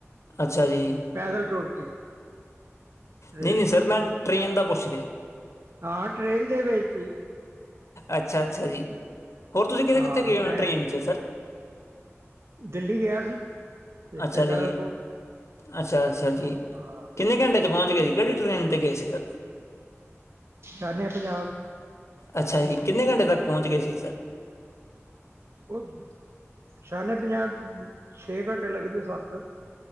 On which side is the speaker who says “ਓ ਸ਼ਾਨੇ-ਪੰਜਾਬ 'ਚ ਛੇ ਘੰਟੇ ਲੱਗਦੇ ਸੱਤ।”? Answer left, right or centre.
Right